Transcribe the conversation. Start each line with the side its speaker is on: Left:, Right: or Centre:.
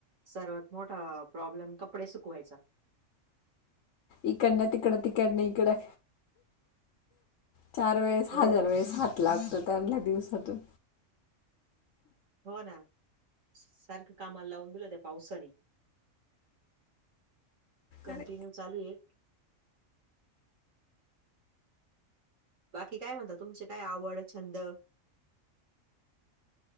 Right: सर्वात मोठा प्रॉब्लेम कपडे सुकवायचा
Left: इकडनं तिकडं तिकड न इकड. चार वेळेस
Right: हो
Left: हजार वेळेस हात लागतो त्यांना दिवसातून.
Right: हो ना सारखं कामाला लावून दिलं त्या पावसानी. कंटिन्यू
Left: अरे
Right: चालू आहे. बाकी काय म्हणता तुमचे काय आवड, छंद.